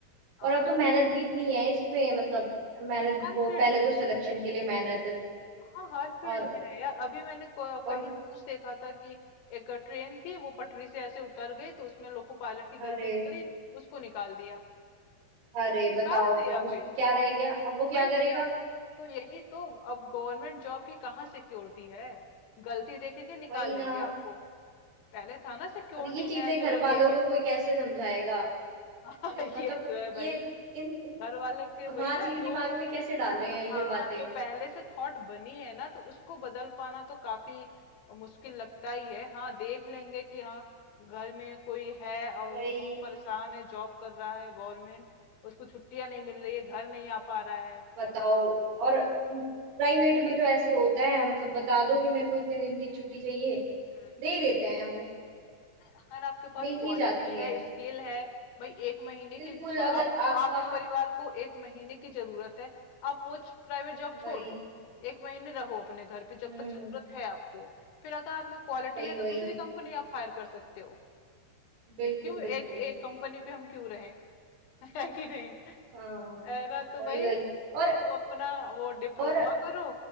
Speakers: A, on the left; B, on the right.
A: हाँ
B: और अब
A: अब
B: तो मेहनत
A: तो
B: भी इतनी है इसमें मतलब मेहनत
A: हर
B: वो
A: फील्ड
B: पहले
A: में
B: तो सिलेक्शन के लिए मेहनत
A: हाँ हर फील्ड
B: और
A: में है यार अभी मैंने क-
B: और
A: कहीं न्यूज देखा था कि एक ट्रेन थी वो पटरी से ऐसे उतर गई तो उसमें लोको पायलट की
B: अरे
A: गलती निकली उसको निकाल दिया
B: अरे
A: निकाल
B: बताओ
A: दिया
B: अब उसका
A: फिर
B: क्या रह गया अब वो
A: वही
B: क्या
A: क्या
B: करेगा
A: तो यही तो अब गवर्नमेंट जॉब की कहाँ सिक्योरिटी है गलती देखेंगे निकाल
B: वही ना
A: देंगे आपको पहले था ना सिक्योरिटी
B: अब ये चीजें
A: है
B: घर
A: चलो
B: वालों
A: ये
B: को
A: है
B: कोई कैसे समझाएगा
A: <laughs> हाँ
B: तो
A: ये
B: मतलब
A: तो है
B: ये
A: भाई
B: इन इस
A: घर वाले
B: समाज
A: के वही ना
B: के दिमाग
A: जो
B: में कैसे डाले हैं ये
A: हाँ
B: बातें
A: जो पहले से थॉट बनी है ना तो उसको बदल पाना तो काफी मुश्किल लगता ही है हाँ देख लेंगे कि हाँ घर में कोई है और
B: वही
A: वो बहुत परेशान है जॉब कर रहा है गवर्नमेंट उसको छुट्टियां नहीं मिल रही है घर नहीं आ पा रहा
B: बताओ और प्राइवेट में तो ऐसे होता है मतलब बता दो कि मेरे को इतने दिन की छुट्टी चाहिए
A: है
B: दे ही देते हैं वो
A: अगर आपके पास
B: मिल
A: क्वालिटी
B: ही जाती
A: है
B: है
A: स्किल है भाई एक महीने
B: बिल्कुल
A: की आप
B: अगर आपका
A: आपके परिवार को एक महीने की जरूरत है आप वो प्राइवेट जॉब छोड़
B: वही
A: दो एक महीने रहो अपने घर पे
B: हम्म
A: जब तक जरूरत है आपको फिर अगर आप में क्वालिटी
B: वही
A: है तो
B: वही
A: दूसरी कंपनी आप हायर कर सकते हो
B: बिल्कुल
A: क्यों
B: बिल्कुल
A: एक एक कंपनी पे हम क्यों रहें <laughs> है कि नहीं
B: हाँ
A: है ना तो
B: वही
A: भाई
B: वही और
A: तो अपना वो डिप्लोमा
B: और
A: करो